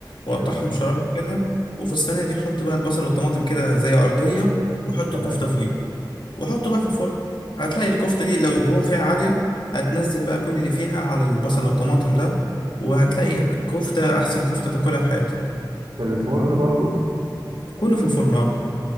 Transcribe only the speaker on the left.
وقطعهم
شرايح كده وفي الصينيه دي حط بقى البصل والطماطم كده زي ارضيه وحط
كفته فوقيه وحطه بقى في الفرن هتلاقي الكفته دي لو الدهون فيها عاليه هتنزل بقى كل اللي فيها على البصل والطماطم ده وهتلاقي كفته احسن كفته تاكلها في حياتك
كله في الفرن اه